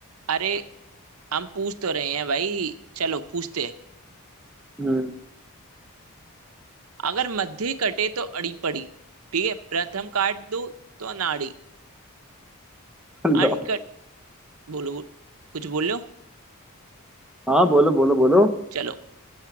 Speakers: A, on the right; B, in the centre.
A: अरे हम पूछ तो रहे हैं भाई चलो पूछते
B: हम्म
A: अगर मध्य कटे तो अड़ी पड़ी ठीक है प्रथम काट दो तो अनाड़ी
B: लो
A: अनकट बोलो बोलो- कुछ बोलो
B: हाँ बोलो बोलो बोलो
A: चलो